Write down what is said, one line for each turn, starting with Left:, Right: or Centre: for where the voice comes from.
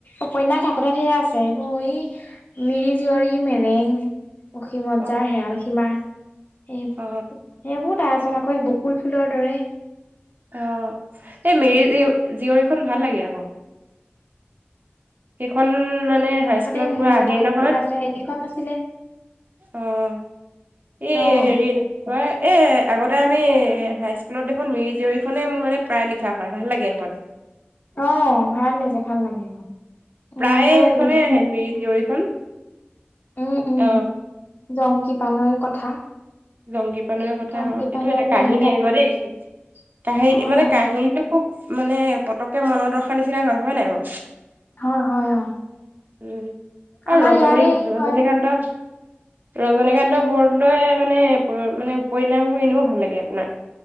Left: উপন্যাস থাকোঁতে, ঢেৰ আছে। এইবোৰ এ, মিৰি জীয়ৰী, মেৰেং, অসীমত
Right: অ
Left: যাৰ হেৰাল সীমা। সেই সেইবোৰ
Right: অ
Left: তাৰপিছত, আকৌ বকুল ফুলৰ দৰে।
Right: অ'! এই, মিৰি <unintelligible> জীয়ৰীখন ভাল লাগে, আকৌ। সেইখন মানে, হাইস্কুলত
Left: তাৰপিছতে, এই
Right: পুৰা
Left: মোৰো
Right: আহেই
Left: এটা সপোন
Right: নহয়
Left: আছে, সেইকেইখন আছিলে।
Right: অ'! এই,
Left: অ',
Right: সেৰিৰ হয় এ আগতে আমি হাইস্কুলত দেখোন মিৰি জীয়ৰীখনেই মোৰ মানে প্ৰায় লিখা হয় ভাল লাগে সেইখন।
Left: অ ভাল লাগে, ভাল লাগে সেইখন।
Right: প্ৰায়ে
Left: উম <unintelligible>
Right: সেইখনে আহে মিৰি জীয়ৰীখন
Left: উম উম
Right: অ
Left: জংকী পানৈৰ কথা।
Right: জংকী পানৈ কথা
Left: জংকী
Right: অ সেইটো
Left: পানৈৰ
Right: এটা
Left: প্ৰেম
Right: কাহিনী আকৌ দেই। কাহিনী
Left: অ',
Right: মানে কাহিনীটো খুব মানে পতকে মন ৰখা নিচিনা হয় হয় নাই বাৰু।
Left: হয় হয় অ।
Right: উ
Left: আমাৰ
Right: আৰু ৰজনী
Left: ইয়াৰেই।
Right: ৰজনীকান্ত
Left: হয়,
Right: ৰজনীকান্ত বৰদলৈ মানে প মানে উপন্যাসবোৰ এনেও ভাল লাগে আপোনাৰ।